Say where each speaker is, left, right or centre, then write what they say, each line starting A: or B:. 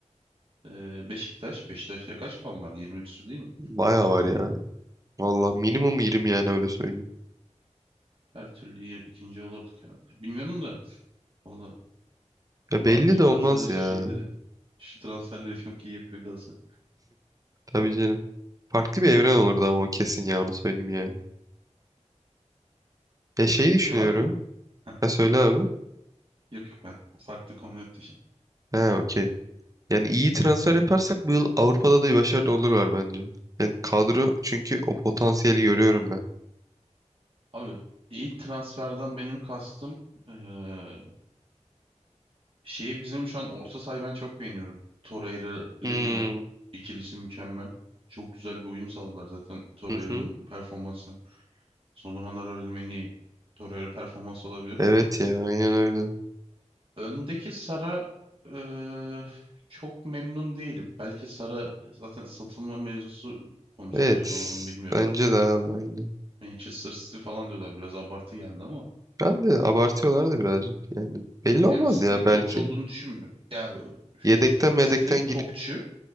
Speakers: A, on the right; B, on the right.
A: e, Beşiktaş. Beşiktaş'ta kaç puan var? 20 küsur değil mi?
B: Baya var ya. Valla minimum 20 yani öyle söyleyeyim.
A: Her türlü yer- ikinci olurduk herhalde. Bilmiyorum da. Valla
B: Ya belli
A: bazı şu
B: de
A: Galatasaray
B: olmaz
A: şeyleri
B: ya.
A: şu transferleri çok iyi yapıyor Galatasaray.
B: Tabii canım. Farklı bir evren olurdu ama o kesin ya onu söyleyeyim yani. Ya şey düşünüyorum.
A: Şey var mı? Ha,
B: Ha söyle
A: efendim?
B: abi.
A: Yok yok ben farklı konuya atlayacağım.
B: He okey. Yani iyi transfer yaparsak bu yıl Avrupa'da da başarılı olurlar bence. Yani kadro çünkü o potansiyeli görüyorum ben.
A: Abi iyi transferden benim kastım eee, şeyi bizim şu an orta sahayı ben çok beğeniyorum. Torreira
B: Hmm.
A: Lemina ikilisi mükemmel. Çok güzel bir uyum sağladılar zaten Torreira'nın
B: Hı hı.
A: performansı. Son zamanlarda gördüğüm en iyi Torreira performansı olabilir.
B: Evet ya aynen öyle.
A: Öndeki Sara eee, çok memnun değilim. Belki Sara zaten satılma mevzusu konuşuluyor
B: Evet.
A: doğru mu bilmiyorum.
B: Bence de abi aynı.
A: Manchester City falan diyorlar biraz abartı geldi ama.
B: Ben de abartıyorlardı birazcık. Yani belli
A: Ya
B: olmaz
A: stilik
B: ya belki.
A: topçu olduğunu düşünmüyorum. Ya üf,
B: Yedekten medekten
A: stilik
B: gir...
A: topçu